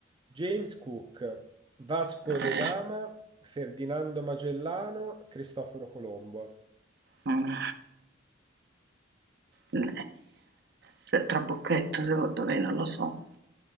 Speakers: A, on the right; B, on the right.
A: James Cook, Vasco
B: eh,
A: de Gama, Ferdinando Magellano, Cristoforo Colombo.
B: mm. Eh, Se è trabocchetto, secondo me, non lo so.